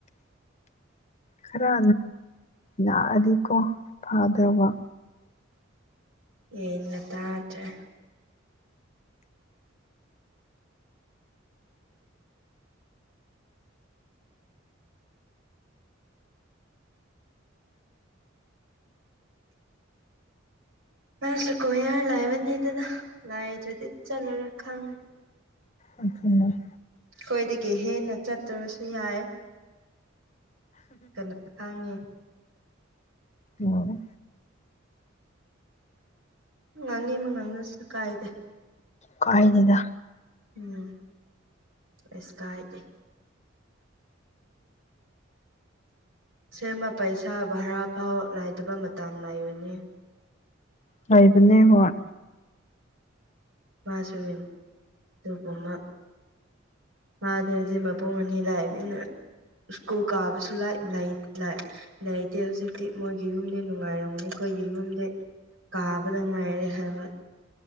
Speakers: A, on the left; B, on the right.
A: ꯈꯔ ꯅꯥꯛꯑꯗꯤꯀꯣ ꯐꯥꯗꯕ
B: ꯌꯦꯩꯅ ꯉ ꯇꯇ꯭ꯔꯦ <inaudible> ꯃꯥꯁꯂꯨꯀꯣ ꯌꯥꯔ ꯂꯥꯏꯕꯅꯤꯗꯅ ꯂꯥꯏꯗ꯭ꯔꯗꯤ ꯆꯜꯂꯔꯣꯏ ꯈꯪꯉꯦ
A: ꯑꯩꯈꯅ <inaudible>
B: ꯑꯩꯈꯣꯏꯗꯒꯤ ꯍꯦꯟꯅ ꯆꯠꯇ꯭ꯔꯕꯁꯨ ꯌꯥꯏ ꯀꯂ ꯊꯥꯡꯉꯦ
A: ꯑꯣ
B: ꯉꯥꯡꯅꯤꯕ ꯉꯥꯡꯉꯁꯨ ꯀꯥꯏꯗꯦ
A: ꯀꯥꯏꯗꯦꯗ꯫
B: ꯎꯝ ꯀꯩꯁ ꯀꯥꯏꯗꯦ꯫ ꯁꯦꯝꯃ ꯄꯩꯁꯥ ꯚꯔꯥ ꯐꯥꯎ ꯂꯥꯏꯇꯕ ꯃꯇꯝ ꯂꯩꯕꯅꯤ꯫
A: ꯂꯩꯕꯅꯦ ꯍꯣꯏ꯫
B: ꯃꯥꯁꯨ ꯑꯗꯨꯒꯨꯝꯃ꯫ ꯃꯗꯤ ꯍꯧꯖꯤꯛ ꯃꯄꯨꯡ ꯑꯅꯤ ꯂꯥꯛꯑꯕꯅꯤꯅ꯫ ꯁꯀ꯭ꯨꯜ ꯀꯥꯕꯁꯨ ꯂꯥꯏꯂꯩ꯫ ꯂꯩꯇꯦ ꯍꯧꯖꯤꯛꯇꯤ ꯃꯣꯏꯒꯤ ꯌꯨꯝꯗꯤ ꯅꯨꯡꯉꯥꯏꯔꯝꯃꯅꯤ ꯑꯩꯈꯣꯏꯒꯤ ꯌꯨꯝꯗꯤ꯫ ꯀꯥꯕꯗ ꯉꯥꯏꯔꯦ ꯍꯥꯏꯕ꯫